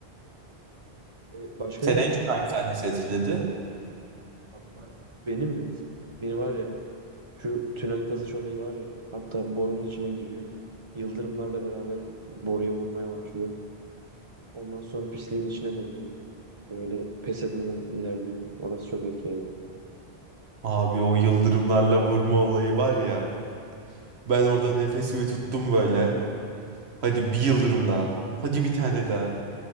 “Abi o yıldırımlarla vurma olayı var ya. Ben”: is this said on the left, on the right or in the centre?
Right